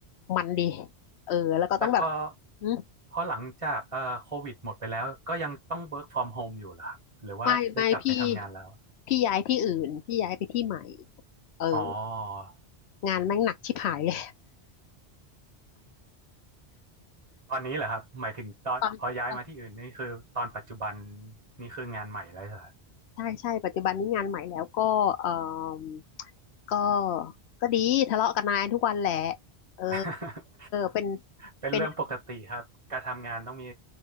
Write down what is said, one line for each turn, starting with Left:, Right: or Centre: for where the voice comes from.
Left: มันดีเออแล้วก็ต้องแบบ
Right: แต่พอ
Left: หึ
Right: พอหลังจากเอ่อโควิดหมดไปแล้วก็ยังต้อง work from home อยู่เหรอครับหรือว่าได้กลับไปทำงานแล้ว
Left: ไม่ไม่พี่พี่ย้ายที่อื่นพี่ย้ายไปที่ใหม่เออ
Right: อ๋อ
Left: งานแม่งหนักชิบหาย <laughs> เลย
Right: ตอนนี้เหรอครับหมายถึงตอนพอย้ายมาที่อื่นนี่คือตอนปัจจุบัน
Left: ตอนตอน
Right: นี่คืองานใหม่แล้วเหรอ
Left: ใช่ใช่ปัจจุบันนี้งานใหม่แล้วก็เออก็ก็ดีทะเลาะกับนายทุกวันแหละเออ
Right: <laughs>
Left: เป็น
Right: เป็นเรื่องปกติครับการทำงานต้องมี
Left: เป็น